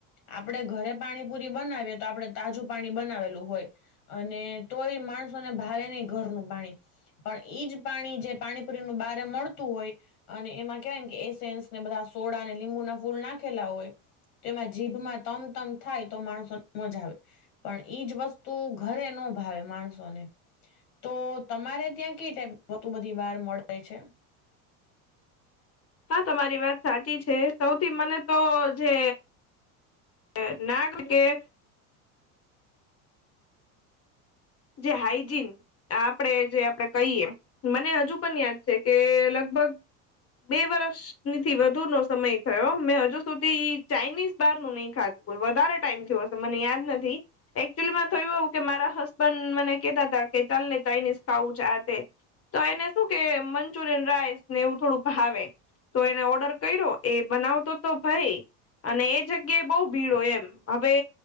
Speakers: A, on the left; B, on the left.
A: આપણેે ઘરે પાણીપુરી બનાવીએ તો આપણે તાજું પાણી બનાવેલું હોય અને તોય માણસોને ભારે નહીં, ઘરનું પાણી. પણ એઈજ પાણી, જે પાણીપુરીનું બારે મળતું હોય. અને એમાં કેહેવાય કે એ સન્સ ને બધા સોડા અને લીંબુ ના ફૂલ નાખેલા હોય તેમાં જીભમાં તમ તમ થાય તો માણસો મજા આવે પણ ઈજ વસ્તુ ઘરે ન ભાવે માણસોને તો તમારે ત્યાં કઈ ટાઈપ બું બધી બહાર મળે છે.
B: હા, તમારી વાત સાચી છે. સૌથી મને તો જે એ નાગ કે <unintelligible> જે હાઈજન. આપણેે જે આપડે કહીએ, મને હજુ પણ યાદ છે કે લગભગ. બે વર્ષ. થી વધુ નો સમય થયો, મેં હજુ સુધી ચાાઈનીઝ બાર નું નહી ખાધું. વધારે ટાઈમ થયો હશે, મને યાદ નથી. એકચુલીમાં થયું કે મારા હ પણ મને કેતા હતા કે, ચાલ ને ચાઇનીઝ ખાવું છે. આ તે તો એને શું કે મચુરિયન રાઈસ ને એવું થોડું ભાવે, તો એને ઓર્ડર કર્યો. એ બનાવતો તો ભાઈ. અને એ જગ્યાએ બહુ ભીડ હોય એમ. હવે